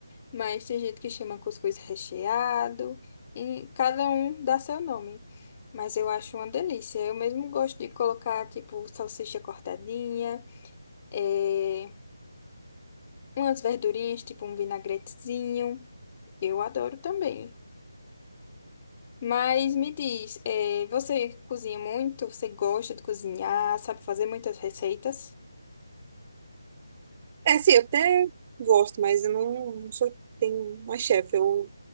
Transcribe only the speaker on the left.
Mas tem gente que chama cuscuz recheado, e cada um dá seu nome. Mas eu acho uma delícia. Eu mesmo gosto de colocar, tipo, salsicha cortadinha, eh, umas verdurinhas, tipo um vinagretezinho. Eu adoro também. Mas me diz, eh, você cozinha muito? Você gosta de cozinhar? Sabe fazer muitas receitas?